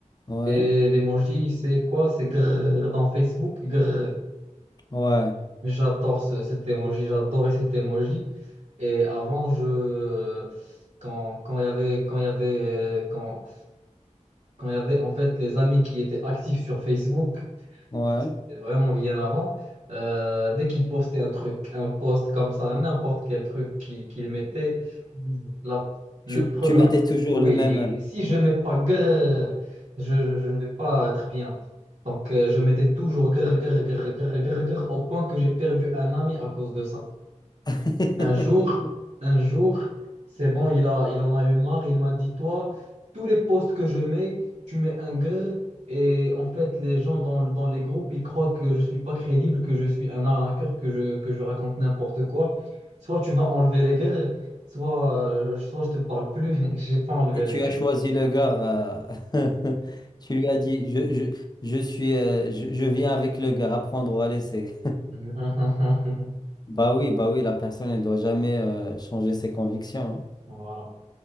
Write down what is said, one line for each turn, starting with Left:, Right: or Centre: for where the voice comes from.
Left: Ouais,
Right: Et l'emoji, c'est quoi? C'est grrr dans Facebook, grrr.
Left: ouais,
Right: J'adore ce- cet emoji, j'adorais cet emoji. Et avant, je, quand, quand il y avait, quand il y avait, quand, quand il y avait en fait les amis qui étaient actifs sur Facebook,
Left: ouais.
Right: donc, c'était vraiment bien avant. Euh, dès qu'il postait un truc, un post comme ça, n'importe quel truc qu'il qu'il mettait, la, le
Left: Tu,
Right: premier,
Left: tu mettais
Right: la-
Left: toujours
Right: oui,
Left: le même.
Right: si je mets pas grrr, je, je- je ne vais pas être bien. Donc, euh, je mettais toujours grrr, grrr, grrr, grrr, grrr, grrr, au point que j'ai perdu un ami à cause de ça.
Left: <laughs>
Right: Un jour, un jour, c'est bon, il a, il en a eu marre. Il m'a dit, toi, tous les posts que je mets, tu mets un grrr. Et en fait, les gens dans, dans les groupes, ils croient que je suis pas crédible, que je suis un arnaqueur, que je, que je raconte n'importe quoi. Soit tu vas enlever les grrrs, soit, euh, soit je te parle plus. <laughs> J'ai pas enlevé
Left: Et tu
Right: les grrrs.
Left: as choisi le gars. euh, <laughs> Tu lui as dit, je, je, je suis, euh, je, je viens avec le gars, à prendre ou à laisser.
Right: <laughs>
Left: Bah oui, bah oui, la personne, elle doit jamais euh, changer ses convictions.
Right: Voilà.